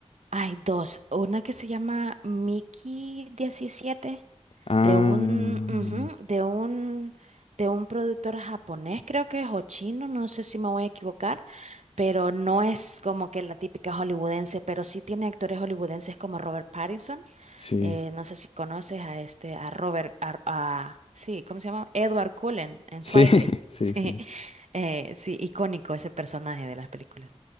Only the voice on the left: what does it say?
Ah,
sí.
S-
Sí,
<laughs>
sí,
sí.